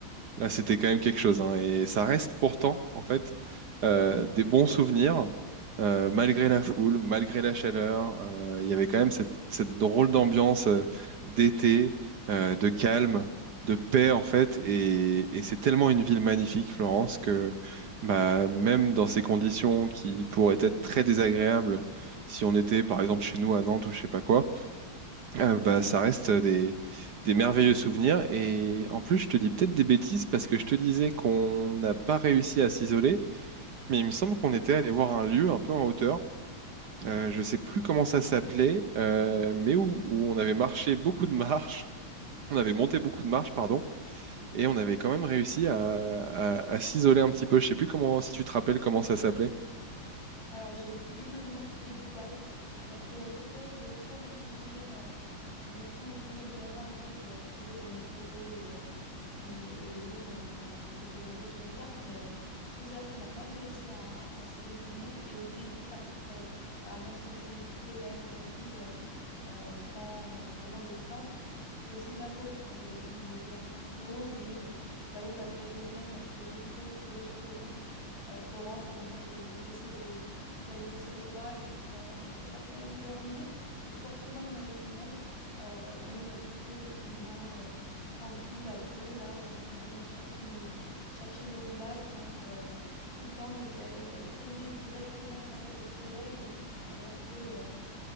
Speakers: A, on the right (about 60°); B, on the left (about 70°).
A: Là, c'était quand même quelque chose, hein. Et ça reste pourtant, en fait, euh, des bons souvenirs, euh, malgré la foule, malgré la chaleur. euh, il y avait quand même cette, cette drôle d'ambiance euh, d'été, euh, de calme, de paix, en fait. Et, et c'est tellement une ville magnifique, Florence, que bah, même dans ces conditions qui pourraient être très désagréables, si on était, par exemple, chez nous à Nantes ou je sais pas quoi, euh, bah, ça reste euh, des, des merveilleux souvenirs. Et en plus, je te dis peut-être des bêtises parce que je te disais qu'on n'a pas réussi à s'isoler, mais il me semble qu'on était allé voir un lieu un peu en hauteur. Euh, je sais plus comment ça s'appelait, euh, mais où, où on avait marché beaucoup de marches. On avait monté beaucoup de marches, pardon. Et on avait quand même réussi à, à- à s'isoler un petit peu. Je sais plus comment, si tu te rappelles comment ça s'appelait.
B: Alors, j'ai plus le nom exact, alors que à chaque fois, je veux trop me souvenir euh, de tous tous les lieux où on va. Après, je pourrais retrouver dans les photos et, euh, et, et les lieux qu'on qu'on, qu'on s'était notés sur une carte. Mais euh, oui, c'est vrai qu'on a quand même réussi à, à s'isoler du monde. Et au début, par contre, euh, bah, même si on voulait visiter quand même la ville euh, euh, sans bah, vraiment le centre, c'était aussi de ma faute. Enfin, j'aurais dû me lever un peu plus tôt, mais euh, j'avoue qu'après deux semaines à se lever tôt pour échapper au monde, euh, Florence, à un moment, j'ai j'ai baissé les j'avais baissé les bras et je me suis dit, oh non, je préfère quand même dormir. Donc forcément, on a eu du monde, euh, mais on avait toujours nos petits moments euh, tranquilles à deux, là où on allait même chercher nos, chercher nos glaces, là, pour euh, tout le temps, mais qu'elles elles fondaient directement, on te rappelle, au soleil, alors que... euh,